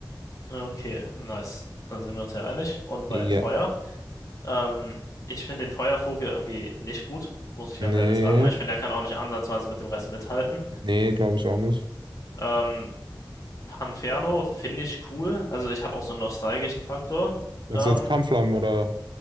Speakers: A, on the left; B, on the right.
A: Okay, nice. Dann sind wir uns ja einig. Und bei
B: Ja.
A: Feuer? Ähm, ich finde den Feuervogel irgendwie nicht gut, muss ich
B: Nee,
A: ganz ehrlich sagen. Ich finde, er kann auch nicht ansatzweise mit dem Rest mithalten.
B: nee, glaube ich auch nicht.
A: Ähm, Panferno finde ich cool. Also ich habe auch so einen nostalgischen Faktor.
B: Also
A: Ähm,
B: jetzt Pamflam oder.